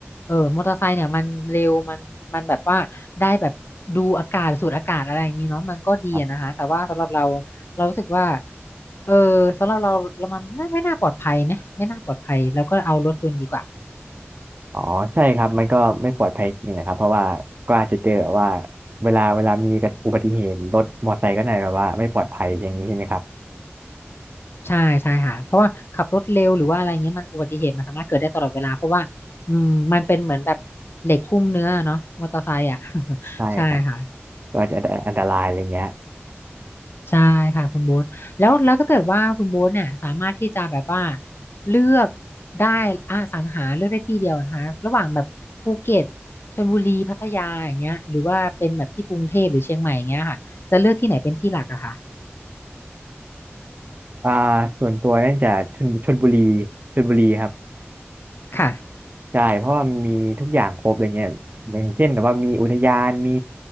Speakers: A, on the left; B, on the right.
A: เออมอเตอร์ไซค์เนี่ยมันเร็วมันมันแบบว่าได้แบบดูอากาศสูดอากาศอะไรอย่างนี้เนาะมันก็ดีอะนะคะแต่ว่าสำหรับเรา
B: ครับ
A: เรารู้สึกว่าเออสำหรับเราเรามันน่าไม่น่าปลอดภัยไหมไม่น่าปลอดภัยแล้วก็เอารถยนต์ดีกว่า
B: อ๋อใช่ครับมันก็ไม่ปลอดภัยจริงนะครับเพราะว่าก็อาจจะเจอว่าเวลาเวลามีอุบัติเหตุรถมอเตอร์ไซค์ก็ไหนแบบว่าไม่ปลอดภัยอย่างนี้ใช่ไหมครับ
A: ใช่ใช่ค่ะเพราะว่าขับรถเร็วหรือว่าอะไรเงี้ยมันอุบัติเหตุมันสามารถเกิดได้ตลอดเวลาเพราะว่าอืมมันเป็นเหมือนแบบเหล็กหุ้มเนื้อเนาะมอเตอร์ไซค์อ่ะ <laughs>
B: ใช่ครับ
A: ใช่ค่ะ
B: ก็อาจจะอันตรายอะไรเงี้ย
A: ใช่ค่ะคุณโบ๊ทแล้วแล้วถ้าเกิดว่าคุณโบ๊ทเนี่ยสามารถที่จะแบบว่าเลือกได้อ่าสังหาเลือกได้ที่เดียวนะคะระหว่างแบบภูเก็ตชลบุรีพัทยาอย่างเงี้ยหรือว่าเป็นแบบที่กรุงเทพหรือเชียงใหม่อย่างเงี้ยค่ะจะเลือกที่ไหนเป็นที่หลักอะคะ
B: อ่าส่วนตัวนั่นจะชลชลบุรีชลบุรีครับ
A: ค่ะ
B: ใช่เพราะว่ามันมีทุกอย่างครบอะไรเงี้ยอย่างเช่นแบบว่ามีอุทยานมี